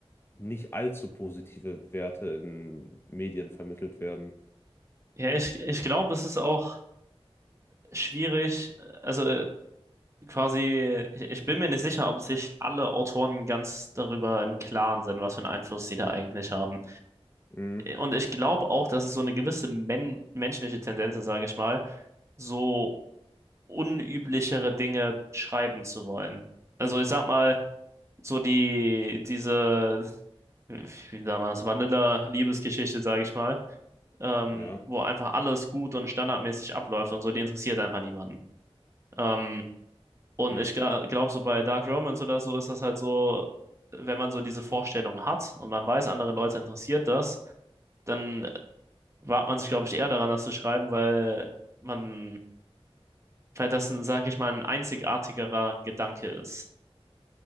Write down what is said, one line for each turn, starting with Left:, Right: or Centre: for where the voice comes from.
Left: nicht allzu positive Werte in Medien vermittelt werden.
Right: ja, ich, ich glaube, es ist auch schwierig, also äh, quasi, ich, ich bin mir nicht sicher, ob sich alle Autoren ganz darüber im Klaren sind, was für einen Einfluss sie da eigentlich haben.
Left: Hm,
Right: Und ich glaube auch, dass es so eine gewisse men menschliche Tendenz ist, sage ich mal, so unüblichere Dinge schreiben zu wollen. Also ich sag mal, so die, diese, wie sagt man das, Vanilla-Liebesgeschichte, sage ich mal ähm,
Left: ja,
Right: wo einfach alles gut und standardmäßig abläuft und so, die interessiert einfach niemanden. Ähm, und
Left: hm,
Right: ich glaube, so bei Dark Romance oder so ist das halt so, wenn man so diese Vorstellung hat und man weiß, andere Leute interessiert das, dann wagt man sich, glaube ich, eher daran, das zu schreiben, weil man, weil das, ein, sag ich mal, ein einzigartigerer Gedanke ist.